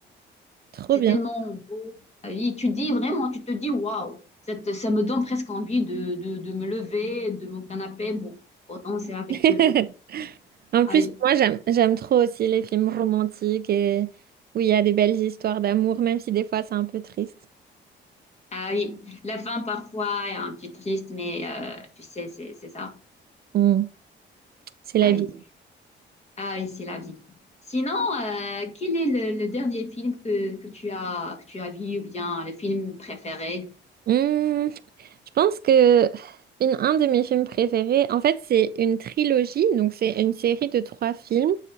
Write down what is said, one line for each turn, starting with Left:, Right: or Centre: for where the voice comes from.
Right: Trop
Left: C'est
Right: bien.
Left: tellement beau. Ah oui, tu dis vraiment, tu te dis waouh, ça, te- ça me donne presque envie de, de, de me lever de mon canapé pour, pour danser avec
Right: <laughs>
Left: eux.
Right: En plus,
Left: Ah oui,
Right: moi, j'aime, j'aime trop aussi les films romantiques et où il y a des belles histoires d'amour, même si des fois c'est un peu triste.
Left: ah oui. La fin parfois est un petit triste, mais euh, tu sais, c'est c'est ça.
Right: Mm. C'est la
Left: Ah oui,
Right: vie.
Left: ah oui, c'est la vie. Sinon, euh, quel est le, le dernier film que, que tu as, que tu as vu ou bien le film préféré?
Right: Mm. Je pense que une, un de mes films préférés, en fait, c'est une trilogie, donc c'est une série de trois films